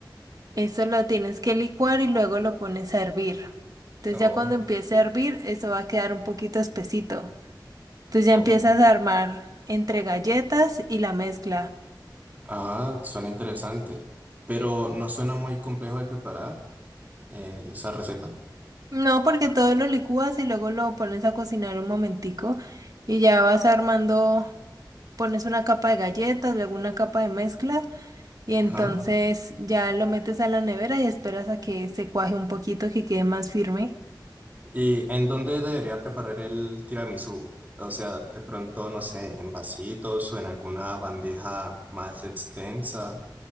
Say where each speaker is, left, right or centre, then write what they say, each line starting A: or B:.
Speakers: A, on the right; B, on the right.
A: Eso lo tienes que licuar y luego lo pones a hervir. Entonces
B: Oh,
A: ya cuando empiece a hervir, eso va a quedar un poquito espesito. Entonces ya
B: oh.
A: empiezas a armar entre galletas y la mezcla.
B: Ah, suena interesante. Pero no suena muy complejo de preparar eh, esa receta.
A: No, porque todo lo licúas y luego lo pones a cocinar un momentico y ya vas armando, pones una capa de galletas, luego una capa de mezcla Y entonces
B: Ajá.
A: ya lo metes a la nevera y esperas a que se cuaje un poquito, que quede más firme.
B: ¿Y en dónde debería preparar el tiramisú? O sea, de pronto, no sé, en vasitos o en alguna bandeja más extensa,